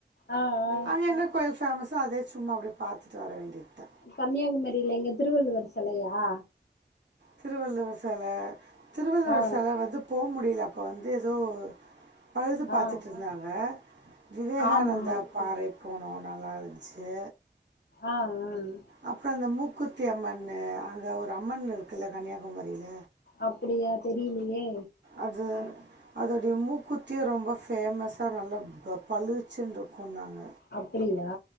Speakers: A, on the left (about 70°); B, on the right (about 80°).
A: ஆ ஆ ஆ
B: அங்க எதனா கோயில் ஃபேமஸோ அதே சும்மா அப்டே பாத்துட்டு வர வேண்டியதா
A: கன்னியாகுமரில்ல இங்க திருவள்ளுவர் செலையா
B: திருவள்ளுவர் செல திருவள்ளுவர்
A: ஆ
B: செல வந்து போ முடியில அப்ப வந்து எதோ பழுது பாத்துட்டு
A: ஆ
B: இருந்தாங்க விவேகானந்தா
A: ஆமா
B: பாறை போனோம் நல்லா இருந்துச்சி
A: ஆ ம்
B: அப்பறம் அந்த மூக்குத்தி அம்மன்னு அங்க ஒரு அம்மன் இருக்குல்ல கன்னியாகுமரியில
A: அப்டியா தெரியிலயே
B: அது அதோடைய மூக்குத்தியே ரொம்ப ஃபேமஸ்ஸா நல்லா ப பலிச்சின் இருக்குன்னாங்க
A: அப்டியா